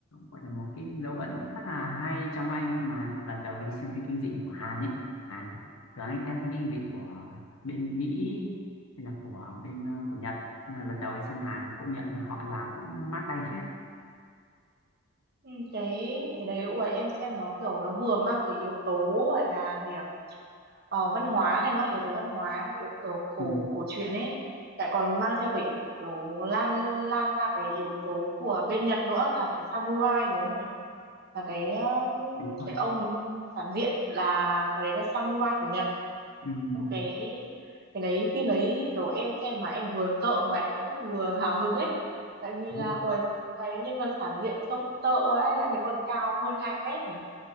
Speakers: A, on the left (about 85°); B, on the right (about 45°).
A: gọi là một cái dấu ấn khá là hay trong anh khi mà lần đầu đi xem phim kinh dị của Hàn ấy của Hàn ấy. thường anh xem phim kinh dị của bên Mỹ hay là của bên ờ, của Nhật nhưng mà lần đầu đi xem Hàn cũng nhận là họ làm cũng mát tay phết
B: Ừ, cái cái đấy ủa em xem nó kiểu nó vừa mang cái yếu tố gọi là gì ạ ờ, văn hóa này mang yếu tố văn hóa yếu kiểu cổ
A: ừ,
B: cổ truyền ấy lại còn mang theo cái kiểu lan lan ra cái yếu tố của bên Nhật nữa là cái samurai đúng không nhỉ là cái um,
A: đúng rồi
B: cái ông phản diện là cái đấy là samurai của Nhật
A: ừ,
B: một
A: ừ,
B: cái cái đấy phim đấy thì kiểu em xem mà em vừa sợ mà em cũng vừa hào hứng ấy tại vì
A: đúng,
B: là uầy cái, cái nhân vật phản diện trông sợ ấy đã thấy còn cao hơn 2 mét nhỉ